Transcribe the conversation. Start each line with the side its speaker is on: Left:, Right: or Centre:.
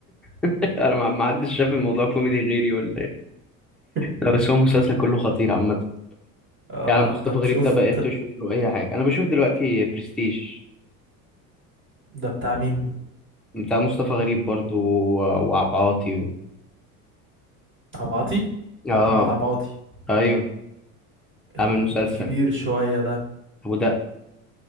Centre: <laughs> انا ما ما حدش شاف الموضوع كوميدي غيري ولا
Right: <laughs>
Centre: لا بس هو المسلسل كله خطير عامة
Right: اه
Centre: يعني مصطفى
Right: طب
Centre: غريب
Right: شفت
Centre: ده بقيت أشوف له أي حاجة أنا بشوف دلوقتي برستيج
Right: ده بتاع مين
Centre: بتاع مصطفى غريب برضو و- وعبد العاطي و...
Right: عبعاطي
Centre: آه
Right: محمد عبعاطي
Centre: أيوه
Right: الكبير
Centre: عامل مسلسل
Right: شويه ده
Centre: أبو ده